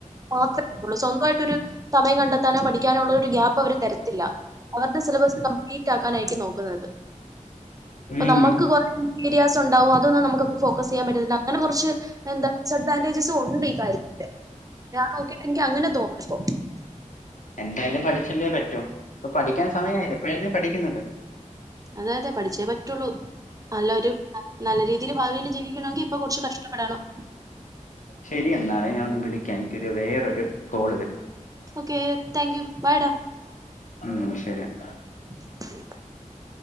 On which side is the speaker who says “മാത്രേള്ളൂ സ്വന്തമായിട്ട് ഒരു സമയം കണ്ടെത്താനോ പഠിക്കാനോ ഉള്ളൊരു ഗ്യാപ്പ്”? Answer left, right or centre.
Right